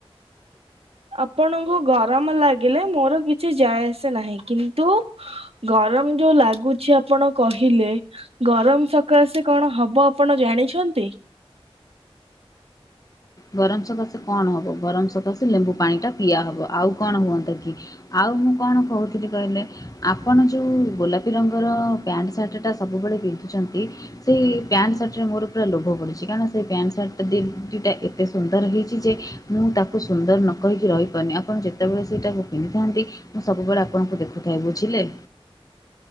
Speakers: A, on the right (about 70°); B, on the left (about 35°).
A: ଆପଣଙ୍କୁ ଗରମ ଲାଗିଲେ ମୋର କିଛି ଯାଏ ଆସେ ନାହିଁ କିନ୍ତୁ ଗରମ ଯୋଉ ଲାଗୁଛି ଆପଣ କହିଲେ। ଗରମ ସକାଶେ କଣ ହବ ଆପଣ ଜାଣିଛନ୍ତି?
B: ଗରମ ସକାଶେ କଣ ହବ ଗରମ ସକାଶେ ଲେମ୍ବୁ ପାଣି ଟା ପିଆହବ, ଆଉ କଣ ହୁଅନ୍ତା କି? ଆଉ ମୁଁ କଣ କୋହୁଥିଲି କହିଲେ? ଆପଣ ଯୋଉ-ଉ ଗୋଲାପୀ ରଙ୍ଗର-ଅ ପ୍ୟାଣ୍ଟ ସାର୍ଟଟା ସବୁବେଳେ ପିନ୍ଧୁଚନ୍ତି ସେଇ ପ୍ୟାଣ୍ଟ ସାର୍ଟରେ ମୋର ପୁରା ଲୋଭ ପଡ଼ିଛି କାହିଁନା ସେ ପ୍ୟାଣ୍ଟ ସାର୍ଟଟା ଦି ଦିଟା ଏ ତେ ସୁନ୍ଦର ହେଇଛି ଯେ ମୁଁ ତାକୁ ସୁନ୍ଦର ନ କହିକି ରହିପାରୁନି, ଆପଣ ଯେତେବେଳେ ସେଇଟାକୁ ପିନ୍ଧିଥାନ୍ତି ସବୁବେଳେ ଆପଣଙ୍କୁ ଦେଖୁଥାଏ ବୁଝିଲେ।